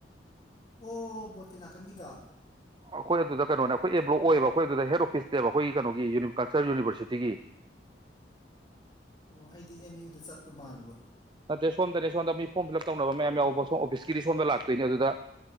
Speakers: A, on the left; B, on the right.
A: ꯑꯣ ꯕꯣꯇꯥ ꯀꯤ ꯅꯥꯀꯟꯒꯤꯗꯣ
B: ꯑꯩꯈꯣꯏ ꯑꯗꯨꯗ ꯀꯩꯅꯣꯅꯦ ꯑꯩꯈꯣꯏ ꯑꯦꯕ꯭ꯂꯣꯛ ꯑꯣꯏꯌꯦꯕ ꯑꯩꯈꯣꯏ ꯑꯗꯨꯗ ꯍꯦꯠ ꯑꯣꯐꯤꯁꯇꯦꯕ ꯑꯩꯈꯣꯏꯒꯤ ꯀꯩꯅꯣꯒꯤ ꯌꯨꯅꯤꯀꯜꯆꯔ ꯌꯨꯅꯤꯚꯔꯁꯤꯇꯤꯒꯤ
A: ꯑꯣ ꯑꯩꯗꯤ ꯑꯦꯝ ꯌꯨꯗ ꯆꯠꯄ ꯃꯥꯜꯂꯨꯕ
B: ꯅꯠꯇ꯭ꯔꯦ ꯁꯣꯝꯗꯅꯦ ꯁꯣꯝꯗ ꯃꯤ ꯐꯣꯔꯝ ꯐꯤꯜ ꯑꯞ ꯇꯧꯅꯕ ꯃꯌꯥꯝ ꯌꯥꯎꯕ ꯁꯣꯝ ꯑꯣꯐꯤꯁꯀꯤꯗꯤ ꯁꯣꯝꯗ ꯂꯥꯛꯇꯣꯏꯅꯦ ꯑꯗꯨꯗ